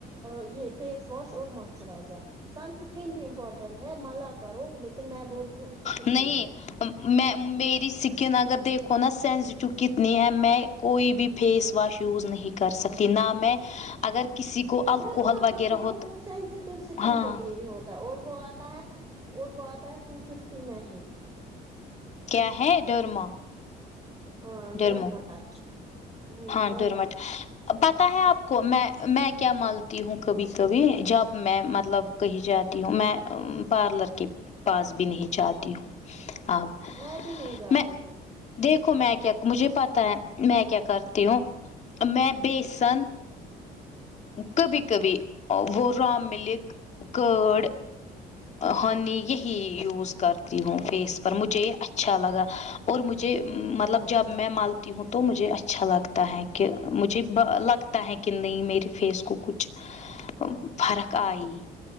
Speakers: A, on the right; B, on the left.
A: یہ فیس واش اور موش چائزر سنسکرین بھی امپورٹینٹ ہے مالا کرو لیکن میں بول رہی ہوں اس سے کچھ
B: نہیں
A: ہوتا ہے
B: میں میری سکن اگر دیکھوں نا سینسٹیو کتنی ہے میں کوئی بھی فیس واش یوز نہیں کر سکتی نہ میں اگر کسی کو الکوحل
A: ڈرما
B: وغیرہ
A: کا کرو
B: ہو
A: وہ سینسیٹیو اسکن
B: ہاں
A: کے لیے ہی ہوتا اور وہ آتا ہے اور وہ آتا ہے ٹو ففٹی میں ہی
B: کیا ہے ڈرما
A: ہاں
B: ڈرمو
A: ڈرما ٹچ ہ
B: ہاں
A: ڈرما
B: ڈر مٹ پتا ہے اپ کو میں میں کیا مالتی ہوں کبھی کبھی جب میں مطلب کہی جاتی ہوں میں پلر کے پاس بھی نہیں جاتی ہوں اپ
A: میں بھی نہیں جاتی
B: میں
A: ہوں
B: دیکھو میں کیا مجھے پتا ہے میں کیا کر تی ہوں میں بھی سنس کبھی کبھی وہ رام ملک گڈ ہنی یہی روز کرتی ہوں فیس پر مجھے اچھا لگا اور مجھے مطلب جب میں ملتی ہوں تو مجھے اچھا لگتا ہے ہے کہ مجھے لگتا ہے کہ نہیں میرے فیس کو کچھ فرق ائی